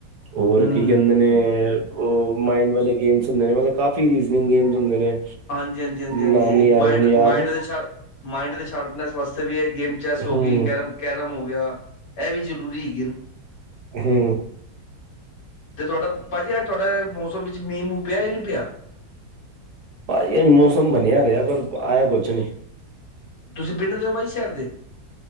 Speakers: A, on the right; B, on the left.
A: ਹੋਰ
B: ਹੂੰ
A: ਕੀ ਕਹਿੰਦੇ। ਨਹੀਂ ਉਹ ਮਾਇੰਡ ਵਾਲੇ ਗੇਮਸ ਹੁੰਦੇ ਨੇ ਮਤਲਬ ਕਾਫੀ ਰੀਜਨਿੰਗ ਗੇਮਸ ਹੁੰਦੇ ਨੇ।
B: ਹਾਂਜੀ ਹਾਂਜੀ ਹਾਂਜੀ ਹਾਂਜੀ
A: ਨਾਮ ਨੀ
B: ਇੱਕ
A: ਆ ਰਹੇ
B: ਮਡ
A: ਮੈਨੂੰ ਯਾਦ
B: ਮਾਇਂਡ ਦੇ ਮਾਇਂਡ ਦੇ ਸ਼ਾਰਪਨੈਸ ਵਾਸਤੇ ਵੀ ਇਕ ਗੇਮ ਚੈਸ ਹੋ
A: ਹੂੰ
B: ਗਈ ਕਹਿ। ਕੈਰਮ ਹੋ ਗਿਆ ਇਹ ਵੀ ਜ਼ਰੂਰੀ ਹੈਗੀ।
A: ਹੂੰ,
B: ਤੇ ਤੁਹਾਡਾ ਭਾਜੀ ਅੱਜ ਤੁਹਾਡਾ ਮੌਸਮ ਵਿੱਚ ਮੀਂਹ ਮੂੰਹ ਪਿਆ ਨਹੀਂ ਪਿਆ।
A: ਅੱਜਕਲ ਮੌਸਮ ਬਣਿਆ ਰਿਹਾ ਪਰ ਆਇਆ ਕੁਛ ਨਹੀਂ।
B: ਤੁਸੀਂ ਪਿੰਡ ਦੇ ਹੋ ਬਾਈ ਸ਼ਹਿਰ ਦੇ।